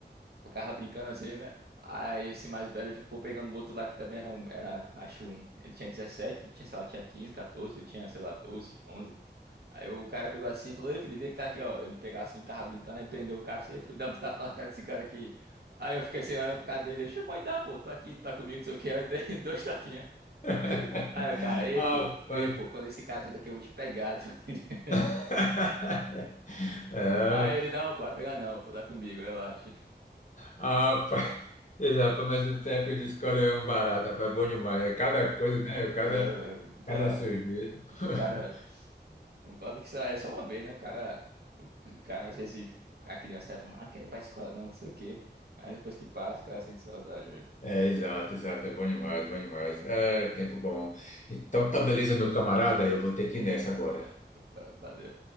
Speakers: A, on the right; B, on the left.
A: ficavam brincando assim, né? Aí esse mais velho ficou pegando o outro lá que também era um, era, acho um. Ele tinha 17, eu tinha, sei lá, tinha 15, 14, eu tinha, sei lá, 12, 11. Aí o cara pegou assim e falou, Ei, Felipe, vem cá aqui, ó. Ele pegava assim, tava brincando, aí prendeu o cara, falou, Ei, Felipe, dá uns tapas na cara desse cara aqui. Aí eu fiquei assim, olhando pro cara dele, eu, "Xê, pode dar, pô, tô aqui, tá comigo, não sei o que, eu dei <laughs> dois tapinhas.
B: <laughs>
A: Aí o cara, ei,
B: Ah,
A: pô, ei,
B: Rapaz.
A: pô, quando esse cara sair daqui eu vou te pegar. tu." <laughs>
B: <laughs> É,
A: Aí ele, não, pô, vai pegar não, pô, tá comigo, relaxa.
B: ah, rapaz. Ele, Rapaz, mas essa época de escola é um barato, rapaz, é bom demais. É cada coisa, né? É Cada,
A: Ah, tá.
B: cada sujeito.
A: O cara.
B: <laughs>
A: Não fala que só, é só uma vez, né? O cara. O cara, às vezes, a criança fala, ah, quer ir pra escola, não, não sei o quê. Aí depois que passa, o cara sente saudade mesmo.
B: É, exato, exato. É bom demais, bom demais. É, tempo bom. Então tá beleza, meu camarada. Eu vou ter que ir nessa agora.
A: Opa, valeu.